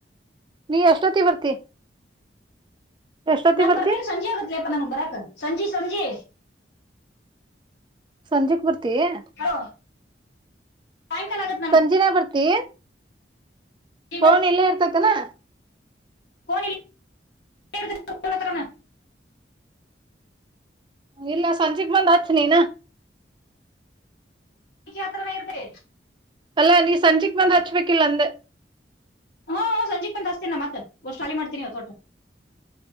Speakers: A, on the right; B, on the left.
A: ನಿ ಎಷ್ಟೋತ್ತಿಗೆ ಬರ್ತಿ? ಎಷ್ಟೊತ್ತಿ
B: ನಾನ್
A: ಬರ್ತಿ
B: ಬರ್ತೇನೆ ಸಂಜೆ ಆಗತ್ಲೇಪ್ಪಾ ನನ್ಗ್ ಬರಾಕ್ ಸಂಜೆ ಸಂಜೆ
A: ಸಂಜೆಕಿ ಬರ್ತೇನ
B: ಹ ಸಾಯಕಾಲ ಆಗೆ <unintelligible>
A: ಸಂಜೀಲೆ ಬರ್ತಿ.
B: ಈಗ
A: ಫೋನ್ ಇಲ್ಲೇ ಇರ್ತೈತನಾ
B: ಕನಣ <unintelligible>
A: ಇಲ್ಲ ಸಂಜಿಕೆ ಬಂದ್ ಹಚ್ ನೀನಾ
B: ಅತ್ರ ಬೇರುದ <unintelligible>
A: ಅಲ್ಲಾ ನೀ ಸಂಜಿಕ್ ಬಂದ್ ಹಚ್ಬೇಕಿಲ್ಲಾ ಅಂದೆ.
B: ಹ್ಮ್, ಹ ಸಂಜೀಕ್ ಬಂದಾಸ್ತಿನಿ ಮತ್ ಹೊಷ್ಟ ಖಾಲಿ ಮಾಡ್ತೀನಿ ಪುಟ್ಟಾ.